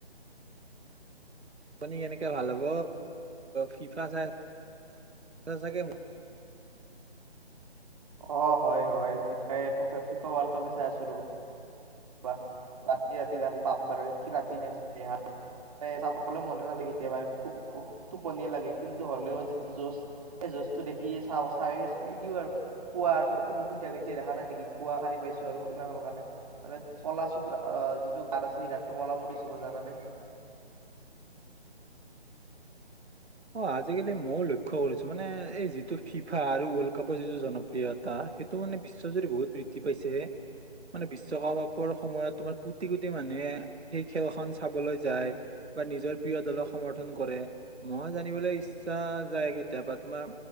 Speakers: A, on the right; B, on the right.
A: টোপনি কেনেকে ভাল হ'ব। ফিফা চাই আছা চাগে?
B: অ হয় হয় ফিফায়ে ফিফা ৱাৰ্ল্ড কাপে চাই আছোঁ ৰবা, ৰাতি ৰাতি যাব বাপৰে কি ৰাতি মেটছ ৰাতি হা। সেই চাবলৈ মনো নাযায় কেতিয়াবা টোপনিয়ে লাগে। কিন্তু হ'লেও যিটো যুজ সেই যুজটো দেখি চ চাই চাই দিও আৰু।। পুৱা আকৌ শু শুই থাকোতে এতিয়া দেখা নাই নেকি পুৱা সাৰী পাইছোঁ আৰু ইমান সোনকালে। কাৰণে মানে কলা চকু আহ যিটো গাত আছে। সেই গাতটো কলা পৰি গৈছে মোৰ জানা নে?
A: অ আজিকালি ময়ও লক্ষ্য কৰিছোঁ মানে এই যিটো ফিফা আৰু ৱৰ্ল্ড কাপৰ যিটো জনপ্ৰিয়তা সেইটো মানে বিশ্বজুৰি বহুত বৃদ্ধি পাইছে হে মানে বিশ্বকাপৰ সময়ত তোমাৰ কোটি কোটি মানুহে সেই খেলখন চাবলৈ যায়। বা নিজৰ প্ৰিয় দলক সমৰ্থন কৰে। মই জানিবলৈ ইচ্ছা যায়। কেতিয়াবা তোমাৰ